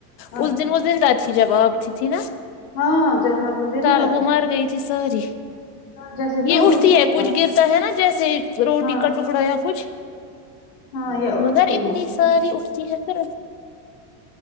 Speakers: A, on the left; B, on the left.
A: اس
B: آہ،
A: دن اس دن رات کی جب آپ تھی نا
B: ہاں جیسا وہ زندہ
A: سالبو
B: تھی
A: مار گئی تھی ساری
B: جیسے جلوس
A: یہ اٹھتی
B: نکلا
A: ہے کچھ
B: تھا۔
A: گرتا ہے نا جیسے روٹی
B: ہاں
A: کا ٹکڑا یا کچھ
B: ہاں یہ
A: مگر
B: اٹھتی
A: اتنی
B: ہے
A: ساری اٹھتی ہے پھر